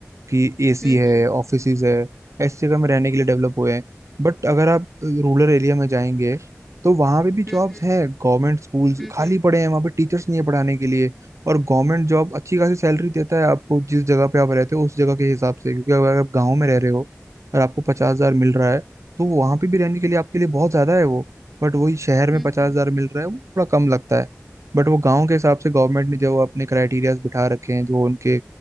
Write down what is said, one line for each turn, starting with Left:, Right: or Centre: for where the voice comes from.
Right: कि एसी
Centre: हम्म
Right: है
Centre: हम्म
Right: ऑफिसेज है ऐसी जगह में रहने के लिए डेवलप हुए हैं बट अगर आप रूरल एरिया में जाएंगे तो वहाँ पे भी जॉब्स
Centre: हम्म
Right: है गवर्नमेंट स्कूल्स
Centre: हम्म
Right: खाली
Centre: हम्म
Right: पड़े हैं वहाँ पे टीचर्स नहीं है पढ़ाने के लिए और गवर्नमेंट जॉब अच्छी खासी सैलरी देता है आपको जिस जगह पे आप रहते हो उस जगह के हिसाब से क्योंकि अगर आप गाँव में रह रहे हो और आपको पचास हजार मिल रहा है तो वहाँ पे भी रहने के लिए आपके लिए बहुत ज़्यादा है वो बट वही शहर में
Centre: हम्म
Right: पचास
Centre: हम्म हम्म
Right: हजार मिल रहा है वो थोड़ा कम लगता है बट वो गाँव के हिसाब से गवर्नमेंट ने जो अपने क्राइटेरियाज बिठा रखे हैं जो उनके